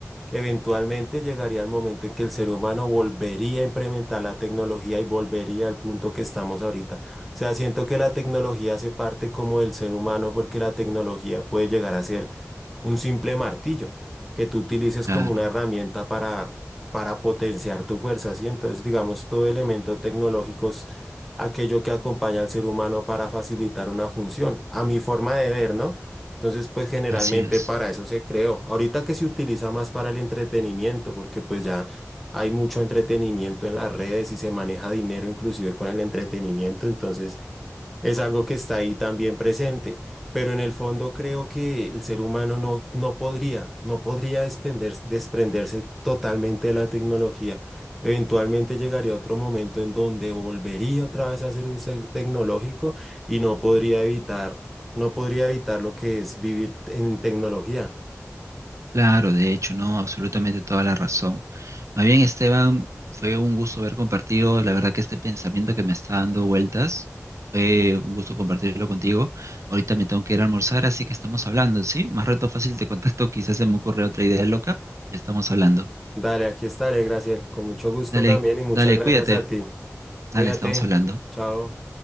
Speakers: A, in the centre; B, on the right (about 70°).
A: Eventualmente llegaría el momento en que el ser humano volvería a implementar la tecnología y volvería al punto que estamos ahorita. O sea, siento que la tecnología hace parte como del ser humano porque la tecnología puede llegar a ser un simple martillo que tú utilices
B: Claro,
A: como una herramienta para, para potenciar tu fuerza, ¿sí? Entonces, digamos, todo elemento tecnológico es aquello que acompaña al ser humano para facilitar una función, a mi forma de ver, ¿no? Entonces, pues generalmente
B: así es.
A: para eso se creó. Ahorita que se utiliza más para el entretenimiento, porque pues ya hay mucho entretenimiento en las redes y se maneja dinero inclusive con el entretenimiento, entonces es algo que está ahí también presente. Pero en el fondo creo que el ser humano no, no podría, no podría despender- desprenderse totalmente de la tecnología. Eventualmente llegaría otro momento en donde volvería otra vez a ser un ser tecnológico y no podría evitar no podría evitar lo que es vivir en tecnología.
B: Claro, de hecho, no, absolutamente toda la razón. Más bien, Esteban, fue un gusto haber compartido, la verdad que este pensamiento que me está dando vueltas, fue un gusto compartirlo contigo. Ahorita me tengo que ir a almorzar, así que estamos hablando, ¿sí? Más rato fácil te contacto, quizás se me ocurre otra idea loca, Ya estamos hablando.
A: Dale, aquí estaré, Graciel. Con mucho gusto
B: Dale,
A: también y muchas
B: dale,
A: gracias
B: cuídate,
A: a ti.
B: dale,
A: Cuídate.
B: estamos hablando.
A: Chao.